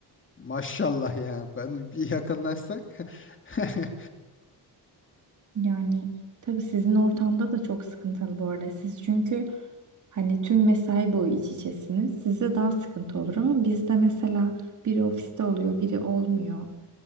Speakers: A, on the left (about 30°); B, on the right (about 45°).
A: Maşallah yani ben bir yakınlaşsak. <laughs>
B: Yani tabii sizin ortamda da çok sıkıntılı bu arada. Siz çünkü hani tüm mesai boyu iç içesiniz. Size daha sıkıntı olur ama bizde mesela biri ofiste oluyor, biri olmuyor.